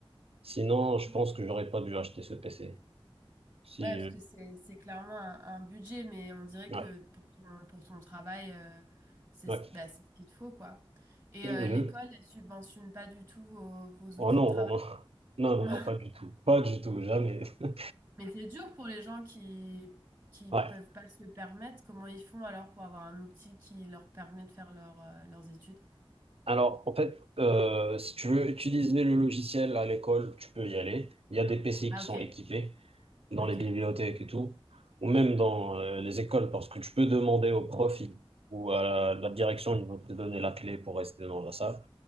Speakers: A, on the right; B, on the right.
A: sinon, je
B: Ok.
A: pense que j'aurais pas dû acheter ce PC. Si,
B: Ouais, parce
A: euh,
B: que c'est c'est clairement un, un budget, mais on dirait
A: ouais,
B: que pour ton, pour ton travail, euh, c'est
A: ouais.
B: ce-
A: ouais.
B: bah, c'est ce qu'il te faut, quoi. Et
A: Euh,
B: euh, l'école,
A: je-
B: elle subventionne pas du tout vos, vos
A: Oh
B: outils
A: non,
B: de travail.
A: non, non, <laughs>
B: <laughs>
A: non, non,
B: Non.
A: non, pas du tout, pas du tout, jamais. <laughs>
B: Mais c'est dur pour les gens qui qui
A: Ouais.
B: peuvent pas se le permettre. Comment ils font alors pour avoir un outil qui leur permet de faire leur, euh, leurs études?
A: Alors, en fait, euh, si tu veux utiliser le logiciel à l'école, tu peux y aller. Il y a des PC
B: Ah,
A: qui
B: ok.
A: sont équipés dans
B: Ok.
A: les bibliothèques et tout, ou même dans euh, les écoles, parce que tu peux demander au prof il- ou à la, la direction, ils vont te donner la clé pour rester dans la salle.